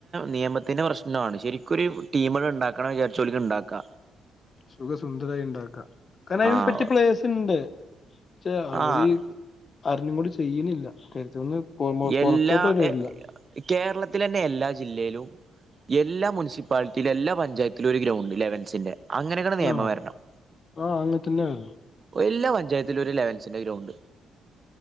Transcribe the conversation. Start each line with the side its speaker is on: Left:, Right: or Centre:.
Right: നിയമത്തിന്റെ പ്രശ്നമാണ് ശരിക്കൊരു ടീമുകൾ ഉണ്ടാക്കണം ന്ന് വിചാരിച്ച ഇണ്ടാക്കാ
Left: സുഖ സുന്ദരായി ഇണ്ടാക്കാ കാരണം അയിന്
Right: ആഹ്
Left: പറ്റിയ പ്ലെയേഴ്സസ്ണ്ട്. പക്ഷെ അവര്
Right: ആഹ്
Left: അറിഞ്ഞും കൊണ്ട് ചെയ്യുന്നില്ല <unintelligible>
Right: എല്ലാം
Left: പുറത്തോട്ട് വരില്ല
Right: കേരളത്തിലെന്നെ എല്ലാ ജില്ലയിലും എല്ലാ മുനിസിപ്പാലിറ്റിയിലും എല്ലാ പഞ്ചായത്തിലും ഒരു ഗ്രൗണ്ട് ലെവൻസിന്റെ അങ്ങനെയും കൂടെ നിയമം
Left: ആ
Right: വരണം.
Left: ആ അങ്ങനെ തന്നെ വരുന്നു
Right: എല്ലാ പഞ്ചായത്തിലും ഒരു ലെവൻസിന്റെ ഗ്രൗണ്ട്